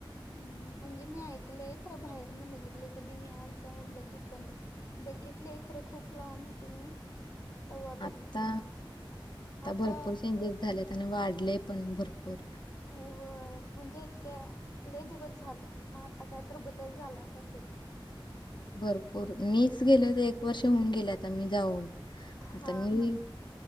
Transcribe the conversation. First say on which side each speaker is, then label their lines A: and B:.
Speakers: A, on the left; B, on the left.
A: हम्म, म्हणजे मी ऐकलंय खरं बाहेरन बघितलं कधी मी आत जाऊन बघितलं नाही. बघितलेय खरं खूप लहान होते ग. तेव्हा बघितलय
B: आता
A: मी आता
B: भरपूर चेंजेस झालेत आणि वाढलेय पण भरपूर.
A: हो ग. म्हणजे इतक्या लय दिवस झालं मग आता काहीतरी बदल झालाच असेल की.
B: भरपूर मीच गेले होते एक वर्ष होऊन गेले आता मी जाऊन.
A: हा
B: आता मी.
A: हा